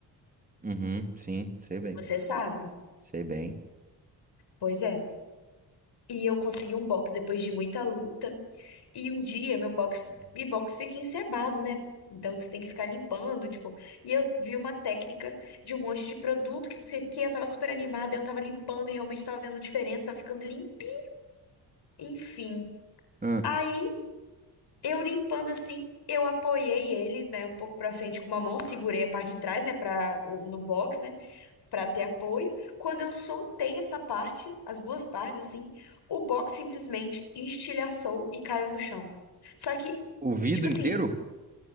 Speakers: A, on the right; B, on the left.
A: Uhum, sim, sei bem.
B: Você sabe?
A: Sei bem.
B: Pois é. E eu consegui um box depois de muita luta. E um dia meu box,
A: Hum.
B: e box fica encebado, né? Então você tem que ficar limpando, tipo. E eu vi uma técnica de um monte de produto que não sei o quê, eu tava super animada, eu tava limpando e realmente tava vendo diferença, tava ficando limpinho. Enfim.
A: Hum.
B: Aí eu limpando assim, eu apoiei ele, né, um pouco pra frente com uma mão, segurei a parte de trás, né, para no box, né? para ter apoio. Quando eu soltei essa parte, as duas partes assim, o box simplesmente estilhaçou e caiu no chão. Só que,
A: O vidro
B: tipo assim,
A: inteiro?